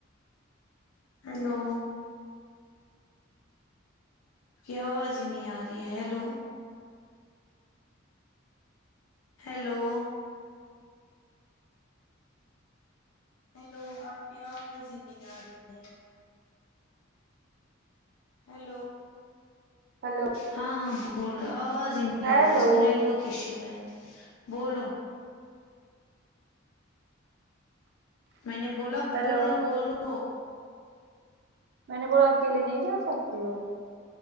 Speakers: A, on the left (about 80°); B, on the right (about 55°).
A: ہیلو کی آواز نئی آ رہی ہے ہیلو ہیلو ہیلو آپ کی اواز ہی نہیں آ رہی ہے ہیلو
B: ہلو
A: ہاں ہاں بولو آواز ہی نہیں
B: ہیلو
A: آتی ہے اس کو نیٹورک ایشو ہے بولو میں نے بولا بولو
B: ہیلو
A: بولو
B: میں نے بولا اکیلے نہیں جا سکتی ہو